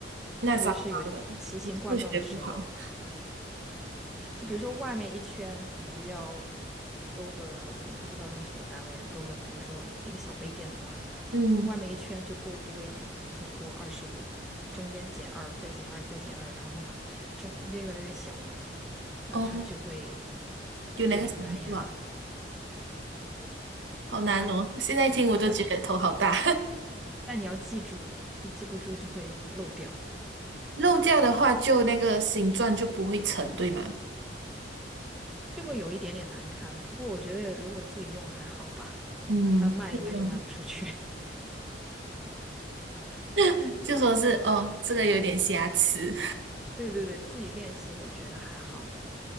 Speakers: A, on the right; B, in the centre.
A: 那糟糕了，
B: 特别是有奇形怪状的时候，
A: 我数学不好。
B: 就比如说外面一圈，比如要勾个，我不知道用什么单位啊，勾个，比如说一个小杯垫子啊，
A: 嗯，
B: 外面一圈就勾多一点，比如说勾二十五，中间减二，再减二，再减二，然后 <laughs> 中间越来越小嘛，那它就会
A: 哦，有那个想法，
B: 对圆呀，
A: 好难哦！现在听我都觉得头好大。
B: 但但你要记住，就记不住就会漏掉，
A: 漏掉的话，就那个形状就不会成，对吗？
B: 就会有一点点难看。不过我觉得如果自己用还好吧，
A: 嗯，
B: 但卖应该就卖不出去。
A: 是这 <laughs> 就说是哦，这个有点瑕疵。
B: 对对对，自己练习我觉得还好的。